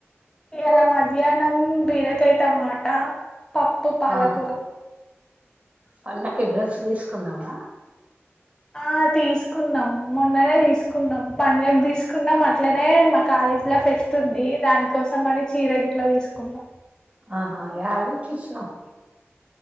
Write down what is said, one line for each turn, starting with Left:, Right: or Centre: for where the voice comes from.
Left: ఇర మధ్యాహ్నం బీరకాయ టమాటా పప్పు పాలకూర
Right: ఆహా పండక్కి డ్రెస్ తీసుకున్నావా
Left: ఆ తీసుకున్నాం మొన్ననే తీసుకున్నాం పండగకి తీసుకున్నాం అట్లనే మా తాత కాలేజ్ ఫెస్ట్ ఉంది దాని కోసం అని చీర గిట్లా తీసుకున్నా
Right: ఆహా యడ తెచ్చి ఇచ్చినావ్